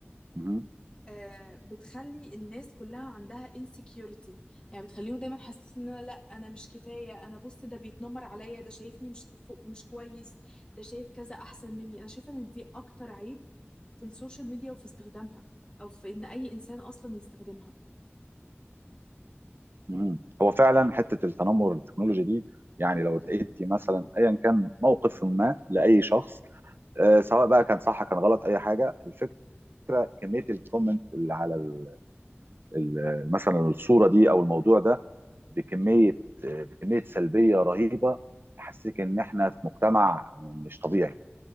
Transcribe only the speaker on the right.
مهم.
مهم. هو فعلا حته التنمر التكنولوجي دي يعني لو لقيتي مثلا ايا كان موقف ما لاي شخص آه، سواء بقى كان صح كان غلط اي حاجه الفكره فكره كميه الكومنت اللي على ال ال مثلا الصوره دي او الموضوع ده بكميه بكميه سلبيه رهيبه تحسسك ان احنا في مجتمع مش طبيعي